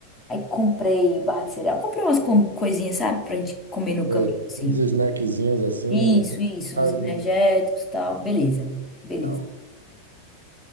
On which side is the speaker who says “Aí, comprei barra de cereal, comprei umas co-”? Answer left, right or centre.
Left